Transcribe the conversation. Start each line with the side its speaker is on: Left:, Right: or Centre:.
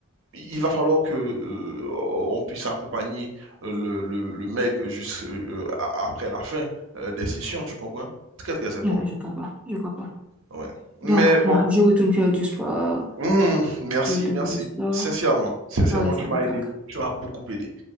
Right: il va falloir que euh, on puisse accompagner euh, le, le, le mec juste euh, euh, a- après la fin euh, des sessions, tu comprends? Très, très important.
Centre: Non, je crois pas. Je crois pas.
Right: Ouais. Mais
Centre: Donc,
Right: bon,
Centre: moi, je retourne faire du sport.
Right: hum, merci,
Centre: Je retourne
Right: merci.
Centre: faire du sport.
Right: Sincèrement, sincèrement,
Centre: On reste
Right: tu
Centre: en contact.
Right: m'as aidé, tu m'as beaucoup aidé.